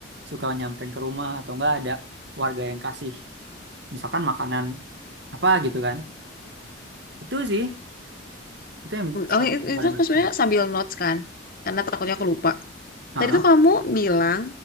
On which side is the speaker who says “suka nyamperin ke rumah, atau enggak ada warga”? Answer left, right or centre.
Right